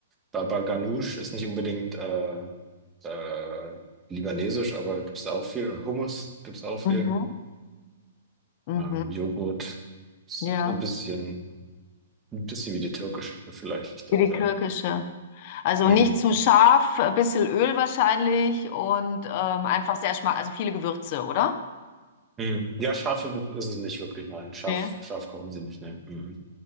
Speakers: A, on the right; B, on the left.
A: Baba Ganoush ist nicht unbedingt äh, äh, libanesisch, aber gibt's da auch viel. Und Hummus gibt's auch viel.
B: Mhm. Mhm.
A: Ähm, Joghurt, so
B: Ja.
A: ein bisschen, ein bisschen wie die türkische vielleicht
B: Wie
A: auch,
B: die
A: ja.
B: türkische. Also
A: Hm.
B: nicht zu scharf, ein bisschen Öl wahrscheinlich und ähm, einfach sehr schmack, also viele Gewürze, oder?
A: Hm. Ja, scharf ist, es- ist es nicht wirklich, nein. Scharf,
B: Nee.
A: scharf kochen sie nicht, ne? Mhm.